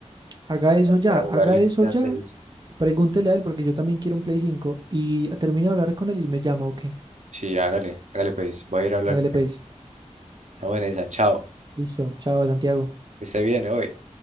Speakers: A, on the right; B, on the right.
A: Haga eso ya,
B: para jugar
A: haga
B: el
A: eso
B: GTA
A: ya
B: seis
A: Pregúntele a él porque yo también quiero un Play cinco y termino de hablar con él y me llama, ¿o qué?
B: Sí, hágale, hágale pues. Voy a ir a hablar
A: Hágale
B: con
A: pues.
B: él. Estamos en esa, chao.
A: Listo. Chao, Santiago.
B: Que Esté bien, hoy.